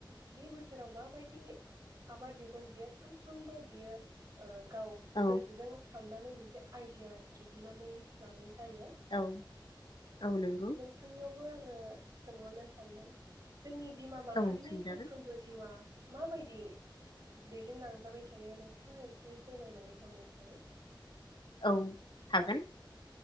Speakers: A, on the right; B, on the left.
A: बे बोसोराव माबायदि आबाद दिहुनग्राया बियो सानफ्रोमबो बियो ओ गाव
B: औ
A: गोसोजों साननानै मोनसे आइडिया दिहुननानै लानाय ज जायो
B: औ औ नंगौ
A: नोंथांनियावबो आ आङो सोंहरनो सानदों जोंनि बिमा माहारिनि
B: औ सोंजागोन
A: सानफ्रोमबो जिउआ माबायदि दैदेनलांजाबाय थायो नोंथाङा एसे फोरमायनानै हरनायसै।
B: औ हागोन